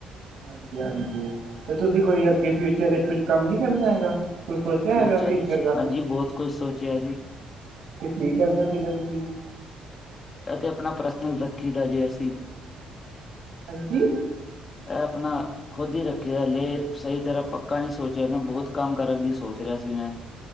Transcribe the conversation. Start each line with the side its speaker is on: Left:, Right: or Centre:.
Right: ਹਾਂਜੀ, ਹਾਂਜੀ ਤੇ ਤੁਸੀਂ ਕੋਈ ਅੱਗੇ ਫਿਊਚਰ ਵਿੱਚ ਕੁਛ ਕੰਮ ਨੀ ਕਰਨਾ ਹੈਗਾ। ਕੁਛ ਸੋਚਿਆ
Left: ਫਿਊਚਰ
Right: ਹੈਗਾ
Left: ਵਿੱਚ।
Right: ਦਾ
Left: ਹਾਂਜੀ, ਬਹੁਤ ਕੁਛ ਸੋਚਿਆ ਜੀ।
Right: ਤੇ ਕੀ ਕਰਨਾ ਸੀਗਾ ਤੁਸੀਂ।
Left: ਅ ਤੇ ਆਪਣਾ ਪਰਸਨਲ ਰੱਖੀ ਦਾ ਜੇ ਅਸੀਂ।
Right: ਹਾਂਜੀ।
Left: ਐ ਆਪਣਾ ਖੁੱਦ ਹੀ ਰੱਖੇ ਦਾ ਹਲੇ ਸਹੀ ਤਰ੍ਹਾਂ ਪੱਕਾ ਨ ਸੋਚ ਰਿਹਾ ਮ ਬਹੁਤ ਕੰਮ ਕਰਨ ਦੀ ਸੋਚ ਰਿਹਾ ਸੀ ਮੈਂ।